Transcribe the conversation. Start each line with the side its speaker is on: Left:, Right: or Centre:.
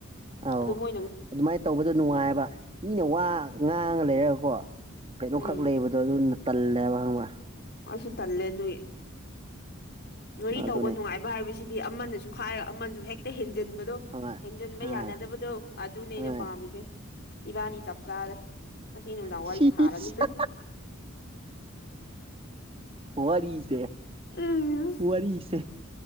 Right: ꯑꯧ
Left: ꯑꯗꯨ ꯃ
Right: ꯑꯗꯨꯃꯥꯏꯅ ꯇꯧꯕꯗꯣ ꯅꯨꯡꯉꯥꯏꯕ ꯃꯤꯅ ꯋꯥ ꯉꯥꯡꯉ ꯂꯩꯔꯒꯀꯣ ꯀꯩꯅꯣ
Left: ꯎꯝ
Right: ꯈꯛ ꯂꯩꯕꯗꯣ ꯑꯗꯨꯅ ꯇꯜꯂꯦꯕ ꯍꯪꯕ
Left: ꯑꯩꯁꯨ ꯇꯜꯂꯦ ꯑꯗꯨꯏ ꯉꯔꯤ ꯇꯧꯕ
Right: ꯑꯗꯨꯅꯦ
Left: ꯅꯨꯡꯉꯥꯏꯕ ꯍꯥꯏꯕꯁꯤ ꯑꯃꯅꯁꯨ ꯍꯥꯏꯔꯒ ꯑꯃꯁꯁꯨ ꯍꯦꯛꯇ ꯍꯦꯟꯖꯤꯟ ꯗꯣ
Right: ꯍꯣꯏ
Left: ꯍꯦꯟꯖꯤꯟꯕ
Right: ꯍꯣꯏ
Left: ꯌꯥꯅꯗꯕꯗꯣ ꯑꯗꯨꯅꯦ ꯑꯩꯅ
Right: ꯍꯣꯏ
Left: ꯄꯥꯝꯃꯤꯁꯦ ꯏꯕꯥꯅꯤ ꯆꯞ ꯆꯥꯔꯦ ꯑꯁꯤ ꯅꯅꯨꯡꯗꯥ
Right: ꯁꯤꯁ
Left: ꯋꯥꯔꯤ ꯁꯥꯔꯅꯤ
Right: ꯋꯥꯔꯤꯔꯤꯁꯦ
Left: ꯎꯝ
Right: ꯋꯥꯔꯤꯔꯤꯁꯦ